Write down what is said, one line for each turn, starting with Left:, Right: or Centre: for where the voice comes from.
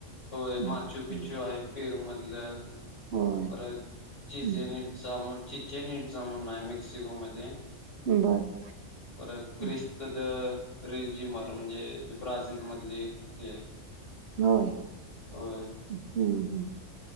Left: होय
Right: हं,
Left: माचू पिचू
Right: हं.
Left: आहे पेरूमधलं.
Right: होय.
Left: परत चिचेन
Right: हं,
Left: ईटजाम, चिचेन‌ ईटजाम म्हणून आहे मेक्सिको मध्ये.
Right: बरं.
Left: परत उत्कृष्ट
Right: हं,
Left: द रिजिमर म्हणजे ब्राझील मधली एक हे आहे.
Right: होय,
Left: होय
Right: हम्म हम्म.